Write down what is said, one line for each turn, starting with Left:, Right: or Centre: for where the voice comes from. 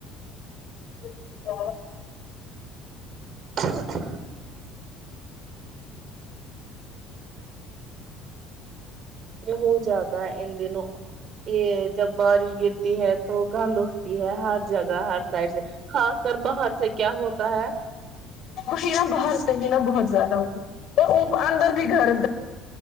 Left: <unintelligible>
Right: <inaudible> یہ ہو جاتا ہے ان دنوں یہ جب بارش گرتی ہے تو گند اٹھتی ہے ہر جگہ ہر سائڈ سے خاص کر باہر سے کیا ہوتا ہے
Left: مشین باہر سے ہی نا بہت زیادہ ہوتی اورو اندر بھی گھر